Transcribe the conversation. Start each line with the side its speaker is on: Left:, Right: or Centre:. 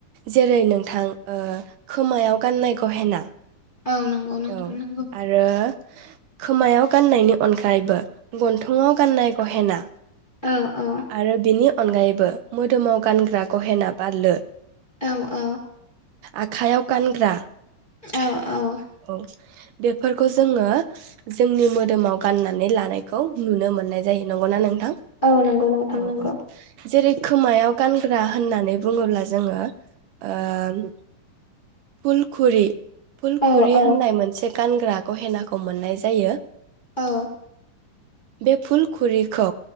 Right: जेरै नोंथां ओ खोमायाव गाननाय गहेना
Left: औ नंगौ नोंथां
Right: औ
Left: नंगौ
Right: आरो खोमायाव गाननायनि अनगायैबो गन्थंआव गाननाय गहेना
Left: औ औ
Right: आरो बेनि अनगायैबो मोदोमाव गानग्रा गहेना बा लो
Left: औ औ
Right: आखाइयाव गानग्रा
Left: औ औ
Right: औ बेफोरखौ जोङो जोंनि मोदोमाव गाननानै लानायखौ नुनो मोननाय जायो नंगौना नोंथां
Left: औ नंगौ नोंथां
Right: औ
Left: नंगौ
Right: औ जेरै खोमायाव गानग्रा होननानै बुङोब्ला जोङो ओ फुलखुरि
Left: औ
Right: खुरि
Left: औ
Right: होननाय मोनसे गानग्रा गहेनाखौ मोननाय जायो
Left: औ
Right: बे फुलखुरिखौ